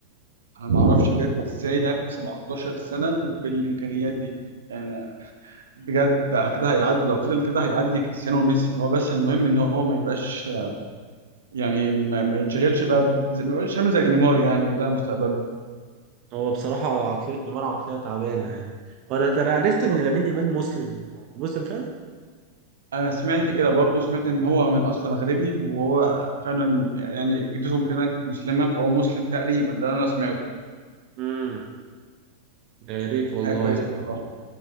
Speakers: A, on the right (about 65°); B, on the right (about 40°).
A: أنا ما أعرفش بجد إزاي لعب 17 سنة بالإمكانيات دي يعني بجد ده كده هيعدي لو فضل كده هيعدي كريستيانو وميسي هو بس المهم إن هو ما يبقاش يعني ما, ما يتشغلش بقى ب- ما يبقاش عامل زي نيمار يعني وده مستقبله
B: هو بصراحة عقلية نيمار عقلية تعبانة يعني وانا ده انا
A: بالظبط
B: عرفت ان لامين يامال مسلم مسلم فعلا
A: انا سمعت كده برضو سمعت ان هو من اصل مغربي وهو فعلا يعني جدته كمان كانت مسلمه فهو مسلم تقريبا ده اللي انا سمعته
B: امم يا ريت
A: دي
B: والله
A: حاجه كويسه بصراحه